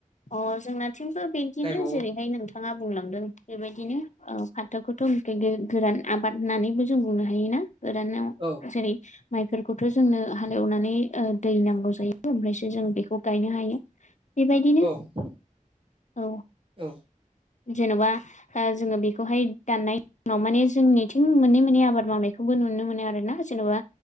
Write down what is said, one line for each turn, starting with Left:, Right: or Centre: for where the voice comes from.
Left: अ जोंनाथिमबो बिदिनो
Right: गायबावो
Left: जेरैहाय नोंथाङा बुंलांदों बेबायदिनो औ। फाथोखौथ' खैगोन गोरान आबाद होननानैबो जों बुंनो हायोना गोरानाव
Right: औ
Left: जेरै माइफोरखौथ' जोंनो हालेवनानै दै नांगौ जायो ओमफ्रायसो जों बेखौ गायनो हायो। बेबायदिनो
Right: <inaudible>
Left: औ
Right: औ
Left: जेन'बा ओ जोङो बेखौहाय दाननाय उनाव माने जोंनिथिं मोननै मोननै आबाद मावनायखौबो नुनो मोनो आरो ना जेन'बा।